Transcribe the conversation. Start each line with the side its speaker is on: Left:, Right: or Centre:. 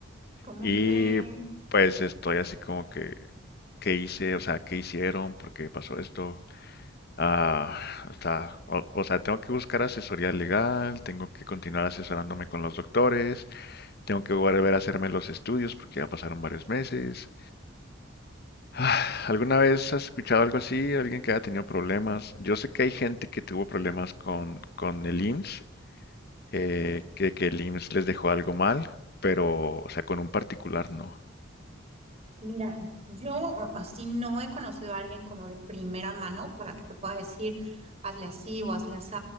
Right: ¿Cómo
Left: Y
Right: creen?
Left: pues estoy así como que, ¿qué hice? O sea, ¿qué hicieron? ¿Por qué pasó esto? Ah, está- o, o sea, tengo que buscar asesoría legal, tengo que continuar asesorándome con los doctores, tengo que volver a hacerme los estudios porque ya pasaron varios meses. Ah, ¿Alguna vez has escuchado algo así? ¿Alguien que haya tenido problemas? Yo sé que hay gente que tuvo problemas con, con el IMSS, eh, que, que el IMSS les dejó algo mal, pero, o sea, con un particular no.
Right: Mira, yo a- así no he conocido a alguien como de primera mano para que te pueda decir, hazle así o hazle así,